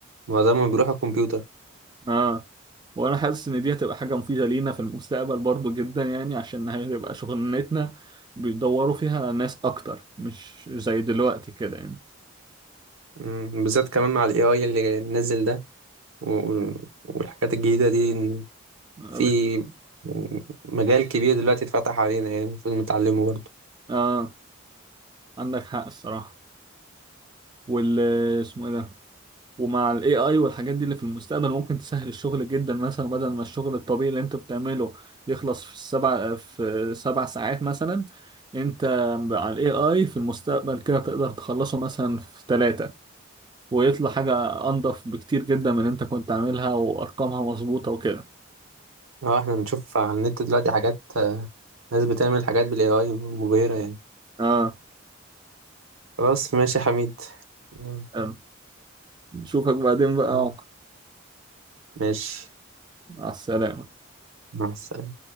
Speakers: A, on the right; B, on the right.
A: معظمهم بيروحوا الكمبيوتر
B: آه وأنا حاسس إن دي هتبقى حاجة مفيدة لينا في المستقبل برضو جدا يعني عشان هتبقى شغلانتنا بيدوروا فيها ناس أكتر مش زي دلوقتي كده يعني
A: أمم، بالذات كمان مع الاي اي اللي نزل ده و- والحاجات الجديده دي إن
B: آه
A: في
B: بت-
A: يعني مجال كبير دلوقتي اتفتح علينا يعني المفروض نتعلمه برضو
B: آه، عندك حق الصراحة وال اسمه ايه ده ومع الاي اي والحاجات دي اللي في المستقبل ممكن تسهل الشغل جدا مثلا بدل ما الشغل الطبيعي اللي انت بتعمله يخلص في سبع في سبع ساعات مثلا انت على الاي اي في المستقبل كده تقدر تخلصه مثلا في ثلاثة ويطلع حاجة انضف بكتير جدا من اللي انت كنت عاملها وارقامها مظبوطة وكده
A: اه احنا بنشوف على النت دلوقتي حاجات آه، ناس بتعمل حاجات بالاي اي مبهره يعني
B: اه
A: خلاص ماشي يا حميد مم،
B: تمام. نشوفك بعدين بقى
A: تمام.
B: يا عمر.
A: ماشي
B: مع السلامة
A: مع السلامه